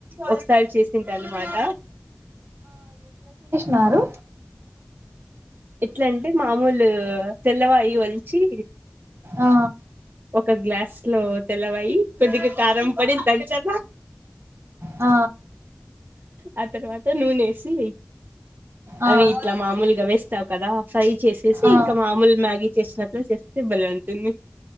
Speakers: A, on the right; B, on the right.
A: ఒకసారి చేసింటి అనమాట
B: నరు
A: ఎట్లాంటే మామూలు తెల్లవాయి వలిచి
B: ఆ,
A: ఒక గ్లాస్ లో తెలవాయి కొద్దిగా కారం పొడి దంచమ
B: ఆ
A: ఆ తర్వాత నూనేసి
B: ఆ,
A: అవి ఇట్లా మామూలుగా వేస్తావు కదా ఫ్రై చేసేసి
B: ఆ.
A: ఇంకా మామూలు మ్యాగీ చేసినట్లా చేస్తే బల వుంటుంది